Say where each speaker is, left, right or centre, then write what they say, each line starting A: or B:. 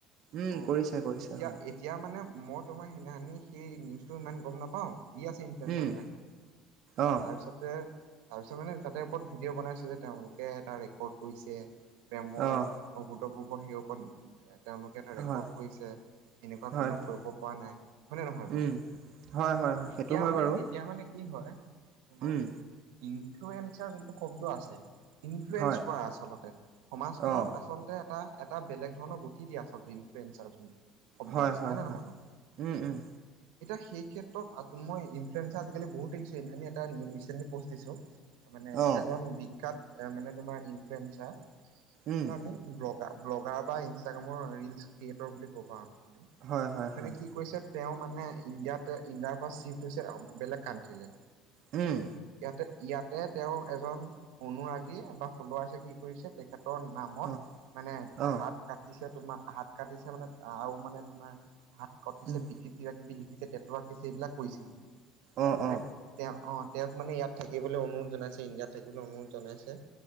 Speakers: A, on the right; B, on the right.
A: উম,
B: অঁ
A: কৰিছে কৰিছে
B: এতিয়া
A: হয়।
B: এতিয়া মানে মই তোমাৰ সেইনানি সেই নিউজটো ইমান গম নাপাওঁ। পাওঁ দি আছে ইনফ্লুৱেঞ্চাৰবিলাকে
A: উম, অ',
B: তাৰপিছতে- তাৰপিছত মানে তাতে ওপৰত ভিডিঅ' বনাইছে যে তেওঁলোকে এটা ৰেকৰ্ড কৰিছে প্ৰেমৰ-
A: অ',
B: অভূতপূৰ্ব সেই ওপৰত তেওঁলোকে। এটা ৰেকৰ্ড
A: হয়,
B: কৰিছে এনেকুৱা
A: হয়,
B: কোনেওঁ
A: হয়,
B: কৰিব পৰা নাই হয়নে নহয় বাৰু।
A: উম। হয়, হয়, হয়, সেইটো
B: এতিয়া
A: হয়
B: মানে
A: বাৰু
B: এতিয়া মানে কি হয়। তোমাৰ
A: উম,
B: ইনফ্লুৱেঞ্চাৰ যোনটো শব্দ আছে ইনফ্লুৱেঞ্চ
A: হয়,
B: কৰা আচলতে। সমাজখনক
A: অ',
B: আচলতে এটা এটা বেলেগ ধৰণৰ গতি দিয়ে আচলতে ইনফ্লয়েঞ্চ যোনটো। শব্দ
A: হয়,
B: আছে
A: হয়,
B: হয়নে
A: হয়,
B: নহয় বাও।
A: উম, উম,
B: এতিয়া সেই ক্ষেত্ৰত আ মই ইনফ্লুৱেঞ্চাৰ আজিকালি বহুত দেখিছো সেইদিনাখনি এটা ৰিচেণ্টলি পষ্ট দিছোঁ। মানে
A: অ',
B: এজন বিখ্যাত মানে তোমাৰ ইনফ্লয়েঞ্চাৰ
A: উম।
B: বা আমি ব্লগা ব্লগাৰ বা ইনষ্টাগ্ৰামৰ ৰিলচ ক্ৰিয়েটৰ বুলি ক'ব পাওঁ আমি।
A: হয় হয়
B: মানে
A: হয়
B: কি কৰিছে তেওঁ মানে ইণ্ডিয়াত ইণ্ডিয়াৰ পৰা চিফ্ট হৈছে বেলেগ কানট্ৰিলে।
A: উম।
B: ইয়াতে ইয়াতে তেওঁৰ এজন অনুৰাগী বা ফল্ল'ৱাৰ্চে কি কৰিছে তেখেত নামত
A: অ
B: মানে
A: অ
B: হাত কা কাটিছে তোমাৰ হাত কাটিছে মানে আৰু মানে তোমাৰ হাত কটিছে
A: উম
B: পিঠি তি কিবি লিখিছে, তেটো আঁকিছে এইবিলাক কৰিছে মানে।
A: অ অ
B: তেওঁক অ' তেওঁক মানে ইয়াত থাকিবলৈ অনুৰোধ জনাইছে, ইণ্ডিয়াত থাকিবলৈ অনুৰোধ জনাইছে।